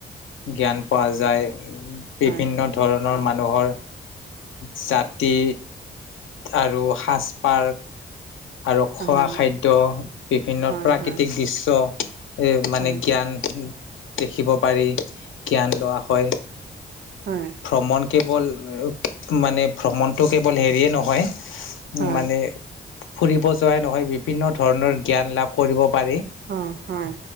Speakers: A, on the right (about 60°); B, on the left (about 75°).
A: হয়,
B: জ্ঞান পোৱা যায়, বিভিন্ন
A: হয়,
B: ধৰণ ধৰণৰ মানুহৰ জাতি আৰু সাজ-পাৰ আৰু খোৱা
A: হয়,
B: খাদ্য, বিভিন্ন
A: হয়,
B: প্ৰাকৃতিক
A: হয়, হয়।
B: দৃশ্য এ মানে
A: হয়,
B: জ্ঞান দেখিব পাৰি, জ্ঞান লোৱা হয়
A: হয়।
B: ভ্ৰমণ কেৱল, মানে ভ্ৰমণটো কেৱল হেৰিয়ে নহয়
A: হয়,
B: মানে ফুৰিব যোৱাই নহয়, বিভিন্ন ধৰণৰ জ্ঞান লাভ কৰিব পাৰি।
A: অ' হয়।